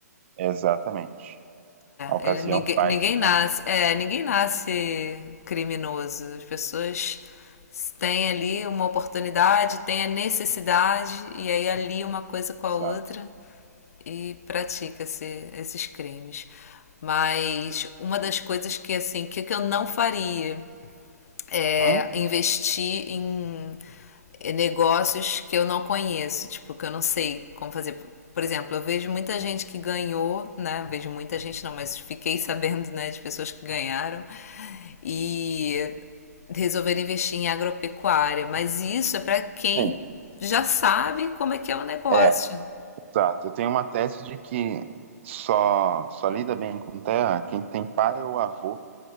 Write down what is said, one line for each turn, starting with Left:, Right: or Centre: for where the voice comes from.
Right: Exatamente. A ocasião
Left: É, ele- ninguém,
Right: faz,
Left: ninguém nasce,
Right: né?
Left: é, ninguém nasce criminoso. As pessoas têm ali uma oportunidade, têm a necessidade e aí ali uma coisa com
Right: Exato.
Left: a outra e pratica-se esses crimes. Mas uma das coisas que assim, que que eu não faria é,
Right: Uhum,
Left: investir em negócios que eu não conheço, tipo, que eu não sei como fazer. Por exemplo, eu vejo muita gente que ganhou, né? Vejo muita gente não, mas fiquei <laughs> sabendo, né, de pessoas que ganharam e resolveram investir em agropecuária, mas isso é para quem
Right: sim.
Left: já sabe como é que é o negócio.
Right: É. Exato. Eu tenho uma tese de que só, só lida bem com terra quem tem pai ou avô